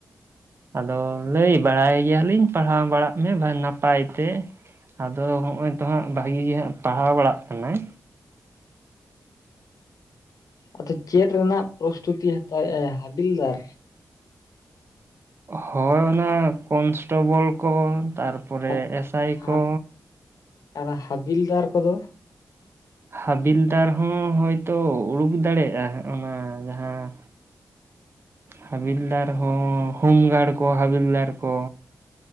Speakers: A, on the right; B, on the left.
A: ᱟᱫᱚ ᱞᱟᱹᱭ ᱵᱟᱲᱟᱭ ᱜᱮᱭᱟ ᱞᱤᱧ ᱯᱟᱲᱦᱟᱣ ᱵᱟᱲᱟᱜ ᱢᱮ ᱱᱟᱯᱟᱭ ᱛᱮ ᱟᱫᱚ ᱱᱚᱜᱼᱚᱭ ᱛᱚ ᱦᱟᱸᱜ ᱵᱷᱟᱹᱜᱤ ᱜᱮ ᱦᱟᱸᱜ ᱯᱟᱲᱦᱟᱣ ᱵᱟᱲᱟᱜ ᱠᱟᱱᱟᱭ
B: ᱟᱫᱚ ᱪᱮᱫ ᱨᱮᱱᱟᱜ ᱯᱨᱚᱥᱛᱩᱛᱤ ᱦᱟᱛᱟᱣᱮᱫ ᱟᱭ ᱦᱟᱵᱤᱞᱫᱟᱨ?
A: ᱦᱳᱭ ᱚᱱᱟ ᱠᱚᱱᱥᱴᱮᱵᱚᱞ ᱠᱚ ᱛᱟᱨᱯᱚᱨᱮ
B: ᱦᱟ-
A: ᱮᱥᱟᱭ
B: ᱦᱟ-
A: ᱠᱚ
B: ᱟᱨ ᱦᱟᱹᱵᱤᱞᱫᱟᱨ ᱠᱚᱫᱚ
A: ᱦᱟᱵᱤᱞᱫᱟᱨ ᱦᱚᱸ ᱦᱳᱭᱛᱚ ᱩᱰᱩᱠ ᱫᱟᱲᱮᱭᱟᱜᱼᱟ ᱚᱱᱟ ᱡᱟᱦᱟᱸ ᱦᱟᱵᱤᱞᱫᱟᱨ ᱦᱚᱸ ᱦᱳᱢ ᱜᱟᱨᱰ ᱠᱚ ᱦᱟᱵᱤᱞᱫᱟᱨ ᱠᱚ